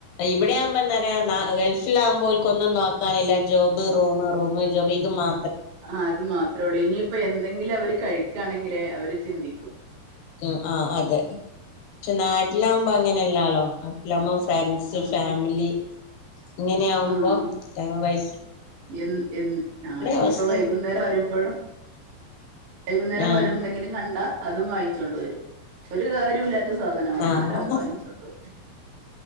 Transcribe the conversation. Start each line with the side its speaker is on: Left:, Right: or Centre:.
Left: ഇവിടെയാവുമ്പോ എന്ത റയാ നാ ഗൾഫിലാകുമ്പോൽക്കൊന്നും നോക്കാനില്ല ജോബ് റൂം റൂം ജോബ് ഇത് മാ.
Right: ആഹ് അത് മാത്രേ ഉള്ളൂ. ഇനിയിപ്പം എന്തെങ്കിലും അവര് കഴിക്കാണെങ്കിലേ അവര് ചിന്തിക്കൂ.
Left: ഉം ആഹ് അതെ ക്ഷെ നാട്ടിലാകുമ്പോ അങ്ങനെല്ലാലോ നാട്ടിലാമ്പോ ഫ്രണ്ട്സ്
Right: ആഹ്
Left: ഫാമിലി ഇങ്ങനെയാവുമ്പോ
Right: ആഹ്
Left: കൈമ പൈ.
Right: എൻ എൻ ആഹ് ഇനിയിപ്പോ
Left: അവസ്ഥ
Right: വൈകുന്നേരം വരുമ്പോഴും. വൈകുന്നേരം
Left: ആഹ്
Right: വരുംമ്പോ എന്തെങ്കിലും കണ്ടാ അതും വായി. ങ്ങിച്ചോണ്ട്‌വരും ഒരു കാര്യവുല്ലാത്ത സാധനാവും
Left: ആഹ്
Right: ന്നാലും അത് വാങ്ങിച്ചൊണ്ട് വരും.